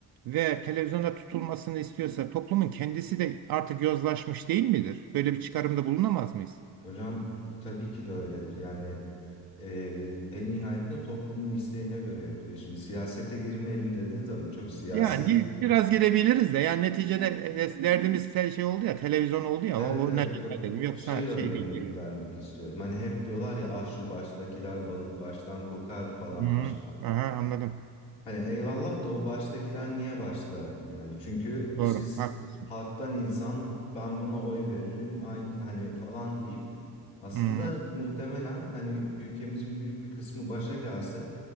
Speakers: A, on the right (about 50°); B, on the left (about 75°).
A: ve televizyonda tutulmasını istiyorsa toplumun kendisi de artık yozlaşmış değil midir? Böyle bir çıkarımda bulunamaz mıyız?
B: Hocam tabii ki de öyledir. Yani e, en nihayetinde toplumun isteğine göre yapılıyor. Şimdi siyasete girmeyelim dediniz ama çok siyasi.
A: Yani gi- biraz girebiliriz de yani neticede e, e, derdimiz te- şey oldu ya televizyon oldu ya
B: Evet
A: o, o
B: evet
A: ne
B: yok
A: dedim yoksa
B: şey örneği
A: şey değil. girelim.
B: vermek istiyorum. Hani hep diyorlar ya ah şu baştakiler balık baştan kokar falan
A: Hı,
B: fişman.
A: aha anladım.
B: Hani eyvallah da o baştakiler niye başta? Yani çünkü
A: Doğru
B: siz
A: haklısın.
B: halktan insan ben buna oy veririm aynı hani falan deyip aslında
A: Hı.
B: muhtemelen hani ülkemizin büyük bir kısmı başa gelse